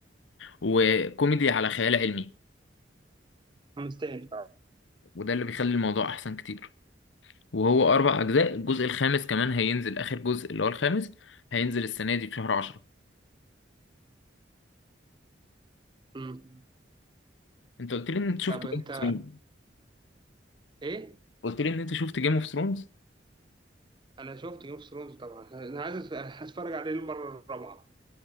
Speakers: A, on the left; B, on the right.
A: وكوميدي على خيال علمي
B: مستاهل
A: وده اللي بيخلي الموضوع احسن كتير وهو اربع اجزاء الجزء الخامس كمان هينزل اخر جزء اللي هو الخامس هينزل السنه دي في شهر 10
B: مم.
A: انت قلت لي ان انت شفت
B: طب انت
A: جيم اوف ثرونز
B: ايه
A: قلت لي ان انت شفت جيم اوف ثرونز
B: انا شفت جيم اوف ثرونز طبعا انا عايز أت- اتفرج عليه المره الرابعه